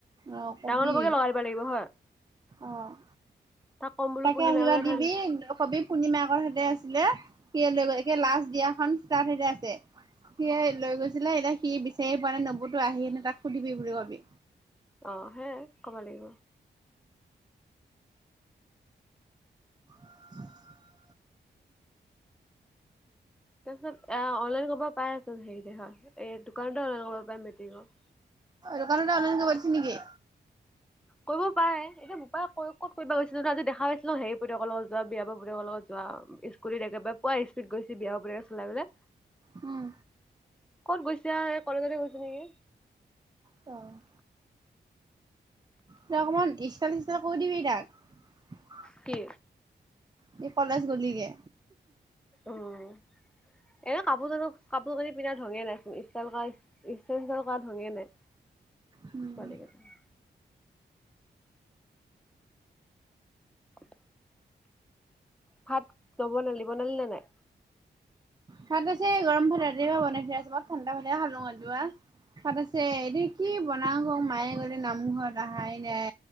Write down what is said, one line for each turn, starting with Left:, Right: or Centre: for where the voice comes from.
Right: অ কবি
Centre: ডাঙৰ নবৌকে লগাই দিব লাগিব হয়।
Right: অ'।
Centre: তাক ক'ম বোলো
Right: তাকে
Centre: পূৰ্ণিমাকে
Right: আহিবা দিবি
Centre: থৈ
Right: কবি পূৰ্ণিমাকৰ সতে আছিলে। সেয়ে লৈ গৈ এয়া লাষ্ট দিয়াখনন ষ্টাৰ্ট আছে সিয়ে লৈ গৈছিলে এতিয়া সি বিচাৰিয়ে পোৱা নে নবুতো আহি নে তাক সুধিবি বুলি কবি।
Centre: অ' সে ক'ব লাগিব।
Right: <unintelligible>
Centre: তাৰপিছত এ অনলাইন কৰিব পাৰে চোন হেৰিতে হয় এই দোকানতে অনলাইন কৰিব পাৰে মেট্ৰিকৰ।
Right: দোকানতে অ'নলাইন কৰিব দিছে নেকি?
Centre: কৰিব পাৰে এতিয়া বোপায়ে ক'ত কৰিব গৈছিল নো আজি দেখা পাইছিলো হেৰি পুতেয়কৰ লগত যোৱা বিৰাজৰ পুতেযকৰ লগ যোৱা। স্কুটিতত একেবাৰে পুৱ স্পীডত গৈছে বিৰাজৰ পুতেকে চলাই গৈছে।
Right: উম।
Centre: ক'ত গৈছে আৰু, কলেজতে গৈছ নেকি?
Right: অ'। ত' অকমান ষ্টাইল চিষ্টাইল কৰি দিবি তাক।
Centre: কি?
Right: সি কলেজ গ'ল গতিকে।
Centre: উম' এনে কাপোৰ চানো কাপোৰ কানি পিন্ধাৰ ঢঙেই নাই চোন ষ্টাইল ষ্টাইল ক'ৰা ঢঙেই নাই।
Right: উম।
Centre: পোৱালিকেইটা। <unintelligible> ভাত নবনালি বনালিনে নাই?
Right: ভাত আছে গৰম ভাত ৰাতিপুৱা বনাই থোৱা আছে, মই ঠাণ্ডা ভাতে খালো এটো আৰু। ভাত আছেই কি বনাওঁ মায়ে গ'লে নামঘৰত আহাই নাই